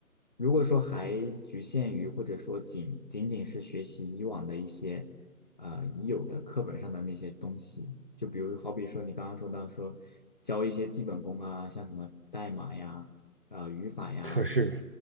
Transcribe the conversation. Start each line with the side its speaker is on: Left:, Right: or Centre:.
Left: 如果说还局限于或者说仅仅仅是学习以往的一些呃已有的课本上的那些东西，就比如好比说你刚刚说到说教一些基本功啊，像什么代码呀、呃语法呀。
Right: <laughs> 测试。